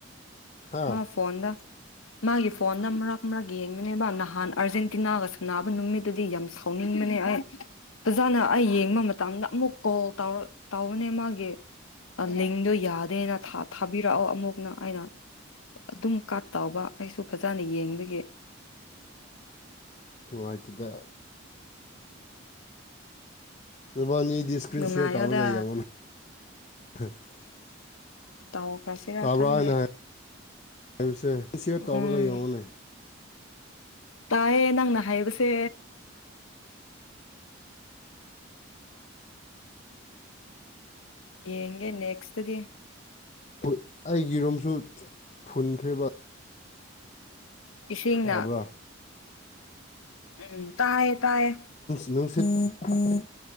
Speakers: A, on the left; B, on the left.
A: ꯍꯥ
B: ꯃꯥ ꯐꯣꯟꯗ ꯃꯥꯒꯤ ꯐꯣꯟꯅ ꯃꯔꯛ ꯃꯔꯛ ꯌꯦꯡꯕꯅꯦꯕ ꯅꯍꯥꯟ ꯑꯥꯔꯖꯦꯟꯇꯤꯅꯥꯒ ꯁꯝꯕ ꯅꯨꯃꯤꯠꯇꯨꯗꯤ ꯌꯥꯝ ꯁꯥꯎ ꯐꯣꯡꯉꯟ ꯃꯅꯤ ꯑ ꯐꯖꯥꯅ ꯑꯩ ꯌꯦꯡꯕ ꯃꯇꯝꯗ ꯑꯃꯨꯛ ꯀꯣꯜ ꯇꯧ ꯇꯧꯕꯅꯦ ꯃꯥꯒꯤ ꯂꯤꯡꯗꯣ ꯌꯥꯗꯦꯅ ꯊꯥꯕꯤꯔꯛꯑꯣ ꯑꯃꯨꯛꯅ ꯑꯩꯅ ꯑꯗꯨꯝ ꯀꯠꯇꯕ ꯑꯩꯁꯨ ꯐꯖꯅ ꯌꯦꯡꯕꯒꯤ
A: ꯂꯇꯗ ꯔꯕꯥꯅꯤꯗꯤ ꯏꯁꯀ꯭ꯔꯤꯟ
B: ꯅꯨꯡꯉꯥꯏꯌꯣꯗ
A: ꯁꯤꯌꯌꯥꯔ ꯇꯧꯔꯒ ꯌꯦꯡꯉꯣ <inaudible>
B: ꯇꯧꯈ꯭ꯔꯁꯤꯔꯥ
A: ꯇꯥꯕ꯭ꯔꯥ
B: ꯈꯪꯗꯦ
A: ꯍꯥꯏꯅ ꯍꯥꯏꯕꯁꯦ ꯑꯦꯁꯤꯠ
B: ꯎꯝ
A: ꯇꯧꯔꯒ ꯌꯦꯡꯉꯨꯅꯦ
B: ꯇꯥꯏꯌꯦ ꯅꯪꯅ ꯍꯥꯏꯌꯦꯕꯁꯦ ꯌꯦꯒꯦ ꯅꯦꯛꯁꯠꯒꯤ
A: ꯄꯨꯠ ꯑꯩꯒꯤ ꯔꯨꯝꯁꯨ ꯐꯨꯟꯈ꯭ꯔꯦꯕ꯫
B: ꯏꯁꯤꯡꯅ꯫
A: ꯇꯥꯕ꯭ꯔꯥ
B: ꯎꯝ ꯇꯥꯌꯦ ꯇꯥꯌꯦ꯫
A: ꯅꯨꯡꯁꯤꯠ <inaudible> <inaudible>